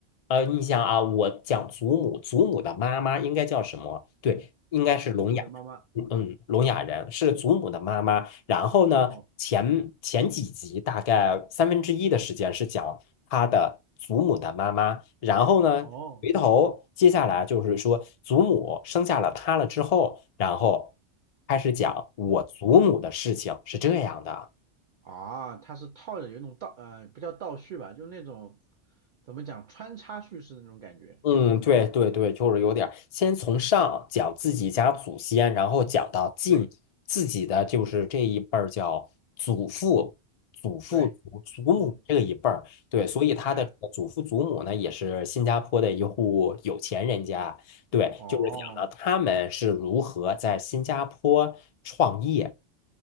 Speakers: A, on the left; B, on the right.
A: 呃，你想啊，我讲祖母，祖母的妈妈应该叫什么？对，应该是聋哑，
B: 祖母的妈妈，
A: 嗯，聋哑人是祖母的妈妈。然后呢，
B: 哦
A: 前前几集大概三分之一的时间是讲他的祖母的妈妈。然后呢，
B: 哦，
A: 回头接下来就是说，祖母生下了他了之后，然后开始讲我祖母的事情，
B: 嗯
A: 是这样的。
B: 啊，她是套着有一种倒呃，不叫倒叙吧，就是那种怎么讲穿插叙事的那种感觉。
A: 嗯，对对对，就是有点儿先从上讲自己家祖先，然后讲到近自己的，
B: 对
A: 就是这一辈儿叫祖父、祖父、
B: 对，
A: 祖祖母这一辈儿。
B: 嗯，
A: 对，所以他的这个祖父祖母呢，
B: 哎，
A: 也是新加坡的一户有钱人家。对，
B: 哦，
A: 就是讲到他们是如何在新加坡创业。